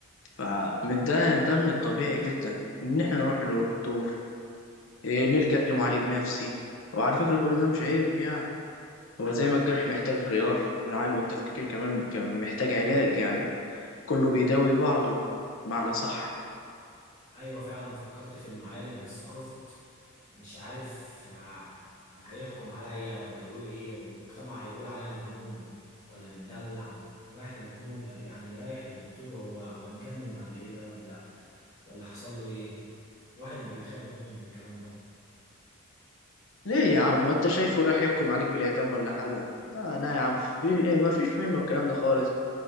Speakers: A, on the left; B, on the left.
A: فده ده من الطبيعي جدا ان احنا نروح للدكتور إيه، نلجأ لمعالج نفسي وعلى فكرة كل ده مش عيب يعني هو زي ما الجرح محتاج غيار العقل والتفكير كمان كمان محتاج علاج يعني كله بيداوي بعضه معنى صح
B: ايوه فعلا انا فكرت في المعالج بس خفت مش عارف ه- هيحكم عليا ولا هيقول ايه والمجتمع هيقول عليا مجنون ولا متدلع رايح المجنون يعني رايح للدكتور هو هو اتجنن ولا ايه ده ولا ولا حصل له ايه الواحد بيخاف برضو من الكلام ده
A: ليه يا عم وانت شايفه راح يحكم عليك بالإعدام ولا حاجة لا لا يا عم في إيه، ما فيش منه الكلام ده خالص